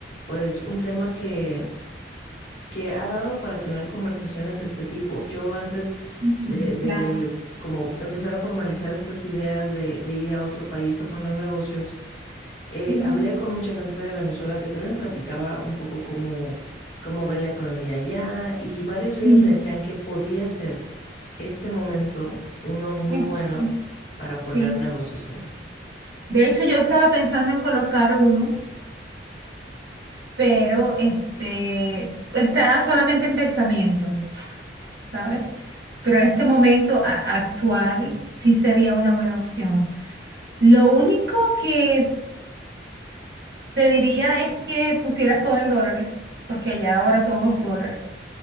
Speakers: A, on the left; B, on the right.
A: pues, un tema que que ha dado para tener conversaciones de este tipo. Yo antes
B: Ujú,
A: de, de
B: Claro.
A: como empezar a formalizar estas ideas de, de ir a otro país a poner negocios, eh,
B: Ujú.
A: hablé con mucha gente de Venezuela que también platicaba un poco cómo, cómo ven la economía allá y varios de ellos
B: Y-
A: me decían que podría ser este momento uno muy
B: y-
A: bueno para
B: Sí.
A: poner negocios allá.
B: De hecho, yo estaba pensando en colocar uno, pero este está solamente en pensamientos. ¿sabes? Pero este momento a- actual sí sería una buena opción. Lo único que te diría es que pusieras todo en dólares, porque allá ahora todo es dólar.